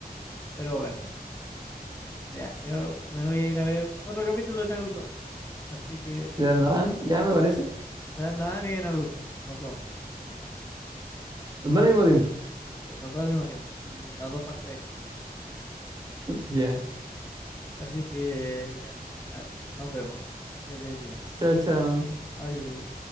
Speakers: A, on the left; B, on the right.
A: Pero bueno, ya. Yo me voy a ir a ver otro capítulo de Naruto. Así que,
B: de Dan Dan, ya me parece.
A: da- Nadan y Naruto. Los dos, combinados.
B: Los dos al mismo tiempo.
A: sí, los dos al mismo tiempo. mm, Las dos pantallas.
B: Ya.
A: Así que, ya. Dale, nos vemos. Que estés bien.
B: Chao, chao.
A: Adiós.